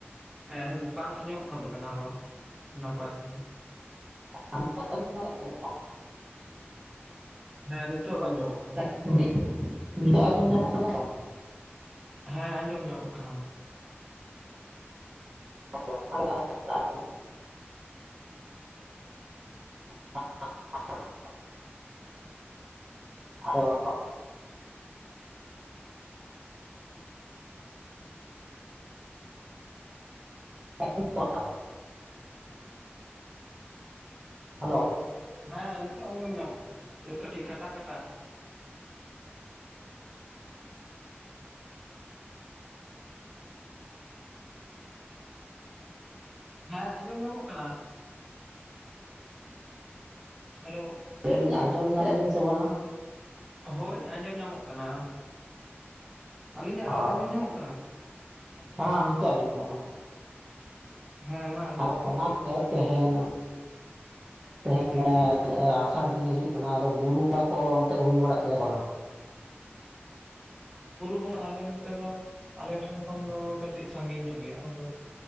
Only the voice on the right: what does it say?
<unintelligible>
<unintelligible> ᱚᱜ ᱟᱡᱚᱱ ᱧᱟᱢᱚᱜ ᱠᱟᱱᱟ ᱵᱟᱝ?
<unintelligible> <unintelligible> ᱟᱫᱚ <unintelligible> ᱦᱮᱞᱳ
ᱞᱟᱭ ᱟᱹᱞᱤᱧ ᱟᱸᱚᱢ ᱧᱮᱫᱼᱟ ᱵᱮᱧ ᱥᱮ ᱵᱟᱝᱟ?
ᱚ
ᱦᱮᱸ ᱱᱤᱛᱚᱜ ᱟᱹᱱᱡᱚᱢ ᱚᱜ ᱠᱟᱱᱟ ᱱᱚ ᱚᱱᱟ
ᱟᱨ
ᱚᱱᱟ ᱜᱮ ᱛᱮᱦᱮᱧ ᱛᱮᱦᱮᱧ ᱢᱟᱱᱮ ᱟᱥᱟᱲ ᱫᱤᱱ ᱦᱤᱡᱩᱜ ᱠᱟᱱᱟ ᱟᱫᱚ ᱵᱩᱨᱩ ᱢᱟ ᱠᱚ ᱚᱱᱛᱮ ᱦᱩᱭ ᱵᱟᱲᱟᱜ ᱜᱮᱭᱟ ᱵᱟᱝ?